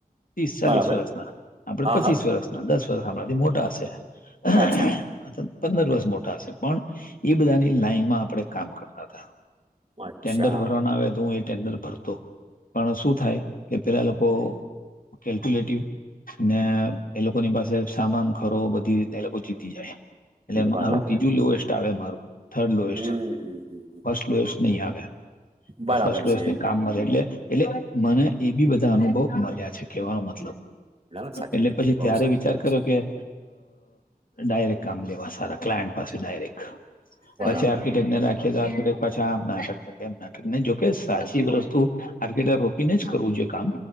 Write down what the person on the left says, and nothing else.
ત્રીસ ચાલીસ
વર્ષના આપડ
પચીસ
વર્ષના દસ વર્ષ આપણાથી મોટા હશે અથવા
પંદર વર્ષ મોટા હશે પણ એ બધાની લાઈનમા ડ કામ કરતા હતા
ટેન્ડર ભરવાના આવે હું. ટેન્ડર ભરતો પણ શું થાય કે પેલા લોકો કેલ્ક્યુલેટિવ ને એ લોકોની પાસે સામાન ખરો બધી એ લોકો જીતી જાય એટલે મારું
ત્રીજું લોએસ્ટ આવે મારું થર્ડ લોએસ્ટ
ફર્સ્ટ
લોએસ્ટ નહી, આવે
ફ
કામમાં એટલે એટલે મને એ બી બધા અનુભવ મળ્યા છે કેવાનો મતલબ
એટલે
પછી
ત્યારે
વિચાર
કર્યો
કે ડાયરેક કામ લેવા સારા ક્લાયન્ટ પાછી ડાયરેક્ટ
પછી આર્કિટેક ને રાખ <unintelligible> પાછા આમ નાટક કે એમ નાટક નહી જોકે સાચી વસ્તુ આર્કેટર રોકીને જ કરવું જોયે કામ